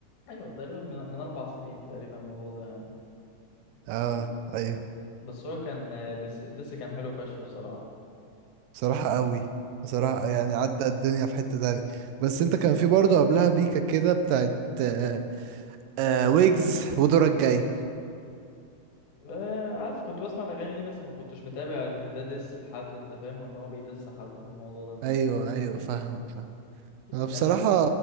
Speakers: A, on the left; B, on the right.
A: ايوه تقريبا من... من اربع سنين تقريبا الموضوع ده يعني
B: اه
A: بس
B: ايوه
A: بس هو كان آه، دس... الدس كان حلو فشخ بصراحه
B: بصراحة قوي بصراحة يعني عدى الدنيا في حتة تانية بس انت كان في برضه قبلها بيكا كده بتاعت آه آه ويجز ودورك جاي
A: آه، عارف كنت بسمع الاغاني دي بس ما كنتش متابع ان ده ديس لحد انت فاهم وان هو بيدس حد في الموضوع ده انت
B: ايوه ايوه
A: فاهم؟
B: فاهم فاهم انا
A: يعني
B: بصراحه